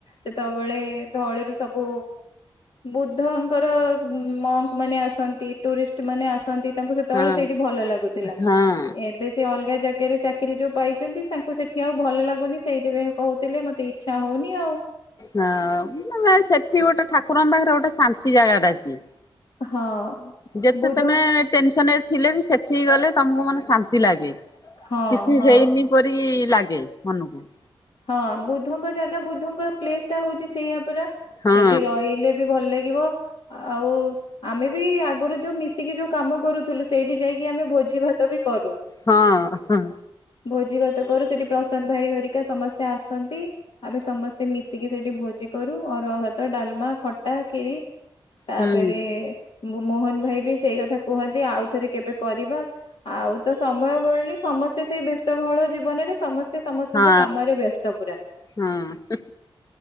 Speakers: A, on the left; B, on the left.
A: ସେତବେଳେ ଧଉଳିରୁ ସବୁ ବୁଦ୍ଧଙ୍କର ମଙ୍କ ମାନେ ଆସନ୍ତି ଟୁରିଷ୍ଟ ମାନେ ଆସନ୍ତି ତାଙ୍କ ସ ତଳେ
B: ହଁ
A: ସେଇଠି ଭଲ ଲାଗୁଥିଲା
B: ହଁ।
A: ଏ ବେଶୀ ଅଲଗା ଜାଗାରେ ଚାକିରି ଯୋଉ ପାଇଛନ୍ତି ତାଙ୍କୁ ସେଠି ଆଉ ଭଲ ଲାଗୁନି ସେଇଥିପାଇଁ କହୁଥିଲେ ମତେ ଇଚ୍ଛା ହଉନି ଆଉ।
B: ନାଁ ମାନେ ସେଠି ଗୋଟେ ଠାକୁରଙ୍କ ପାଖରେ ଗୋଟେ ଶାନ୍ତି ଜାଗାଟା ଅଛି।
A: ହଁ
B: ଯେତେ
A: ବୁଦ୍ଧ
B: ତମେ ଟେନସନରେ ଥିଲେ ବି ସେଠିକି ଗଲେ ତମକୁ ମନେ ଶାନ୍ତି ଲାଗେ
A: ହଁ
B: କିଛି
A: ହଁ
B: ହେଇନି ପରି ଲାଗେ ମନକୁ
A: ହଁ ବୁଦ୍ଧଙ୍କ ଜାଗା ବୁଦ୍ଧଙ୍କ ପ୍ଲେସ ଟା ହଉଛି ସେଇଆ ପରା।
B: ହଁ
A: ସେଠି ରହିଲେ ବି ଭଲ ଲାଗିବ ଆଉ ଆମେ ବି ଆଗରୁ ଯୋଉ ମିଶିକି ଯୋ କାମ କରୁଥିଲୁ ସେଇଠି ଯାଇକି ଆମେ ଭୋଜି ଭାତ ବି କରୁ
B: ହଁ ହଁ।
A: ଭୋଜି ଭାତ କରୁ ସେଠି ପ୍ରଶାନ୍ତ ଭାଇ ଘରିକା ସମସ୍ତେ ଆସନ୍ତି ଆମେ ସମସ୍ତେ ମିଶିକି ସେଇଠି ଭୋଜି କରୁ ଅରୁଆ ଭାତ, ଡାଲମା, ଖଟା, ଖିରି ତାପେରେ
B: ହୁଁ
A: ମୋ ମୋହନ ଭାଇ ବି ସେଇ କଥା କୁହନ୍ତି ଆଉଥରେ କେବେ କରିବା? ଆଉ ତ ସମୟ ମିଳୁନି ସମସ୍ତେ ସେଇ ବ୍ୟସ୍ତ ବହଳ ଯି ବନରେ ସମସ୍ତେ ସମସ୍ତଙ୍କ
B: ହଁ
A: କାମରେ ବ୍ୟସ୍ତ ପୁରା।
B: ହଁ